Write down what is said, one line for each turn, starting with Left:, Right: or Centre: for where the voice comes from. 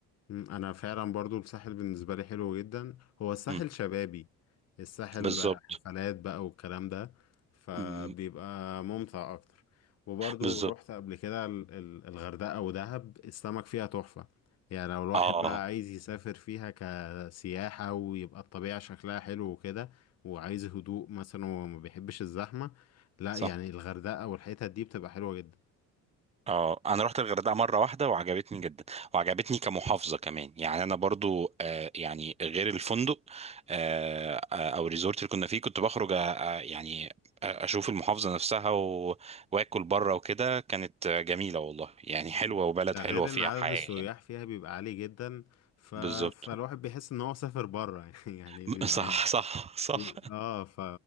Left: مم، انا فعلا برضو الساحل بالنسبه لي حلو جدا هو الساحل
Right: مم.
Left: شبابي الساحل
Right: بالظبط
Left: حفلات بقى والكلام ده فبيبقى
Right: مم.
Left: ممتع اكتر وبرضو
Right: بالظبط
Left: رحت قبل كده ال- ال- الغردقه ودهب السمك فيها تحفه يعني لو الواحد
Right: اه
Left: بقى عايز يسافر فيها كسياحه ويبقى الطبيعه شكلها حلو وكده وعايز هدوء مثلا وما بيحبش الزحمه لا
Right: صح
Left: يعني الغردقه والحتت دي بتبقى حلوه جدا
Right: اه انا رحت الغردقه مره واحده وعجبتني جدا وعجبتني كمحافظه كمان يعني انا برضو آه يعني غير الفندق آه آه، او الريزورت اللي كنا فيه كنت بخرج آه آه، يعني آه، اشوف المحافظه نفسها و... واكل بره وكده كانت آه، جميله والله يعني
Left: مم.
Right: حلوه وبلد
Left: ده
Right: حلوه
Left: غير
Right: فيها
Left: ان عدد
Right: حياه
Left: السياح
Right: يعني
Left: فيها بيبقى عالي جدا ف...
Right: بالظبط
Left: فالواحد بيحس ان هو سافر بره <laughs> يعني
Right: <laughs>
Left: بيبقى
Right: صح صح صح
Left: اه ف